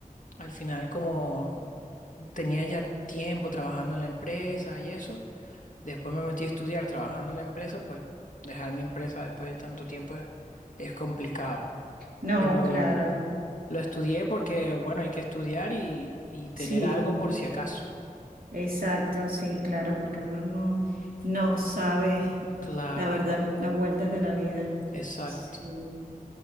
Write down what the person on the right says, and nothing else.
No,
claro,
sí,
exacto, sí, claro, porque uno no, no sabe,
la verdad, las vueltas de la vida.
Sí.